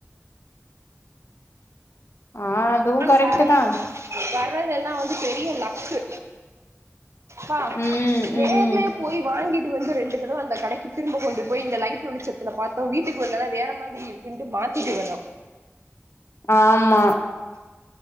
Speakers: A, on the left; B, on the right.
A: ஆ அதுவு
B: அந்
A: கரெக்ட்
B: சாரி
A: தா
B: வ வ ர்றதெல்லா வந்து பெரிய லக்கு பா
A: ம்
B: நேர்லயே
A: ம்
B: போய் வாங்கி ட்டு வந்து ரெண்டு தடவ அந்த கடைக்கு திரும்ப கொண்டு போய் இந்த லைட் வெளிச்சத்துல பாத்தோ வீட்டுக்கு வெளிலலா வேற மாதிரி இருக்குன்ட்டு மாத்திட்டு வர்றோ
A: ஆமா